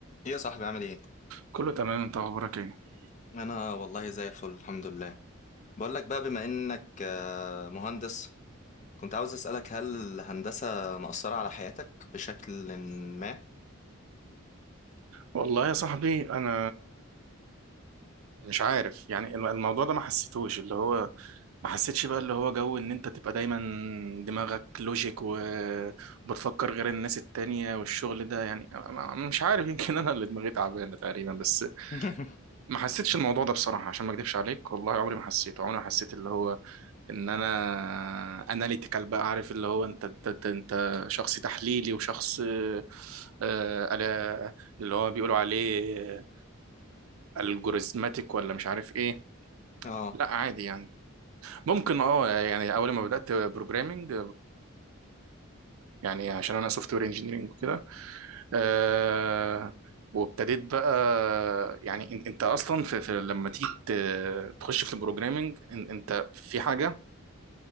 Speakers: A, on the left (about 35°); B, on the right (about 80°).
A: ايه يا صاحبي عامل ايه
B: كله تمام انت اخبارك ايه
A: انا والله زي الفل الحمد لله بقول لك بقى بما انك آه، مهندس كنت عاوز اسالك هل الهندسه مأثره على حياتك بشكل ما
B: والله يا صاحبي انا مش عارف يعني الم- الموضوع ده ما حسيتوش اللي هو ما حسيتش بقى اللي هو جو ان انت تبقى دايما دماغك لوجيك و- وبتفكر غير الناس التانية والشغل ده يعني ما- مش عارف يمكن انا اللي دماغي تعبانة تقريبا بس
A: <laughs>
B: ما حسيتش الموضوع ده بصراحة عشان ما اكدبش عليك والله عمري ما حسيته عمري ما حسيت اللي هو ان انا اناليتيكال بقى عارف اللي هو انت انت انت, انت شخص تحليلي وشخص آه، آه، على- اللي هو بيقولوا عليه الجوريزماتيك ولا مش عارف ايه
A: اه
B: لا عادي يعني ممكن اه يعني اول ما بدات بروجرامنج يعني عشان انا سوفت وير انجينيرنج وكده آه، وابتديت بقى يعني إن- انت اصلا في في- لما تيجي ت- تخش في البروجرامنج إن- انت في حاجه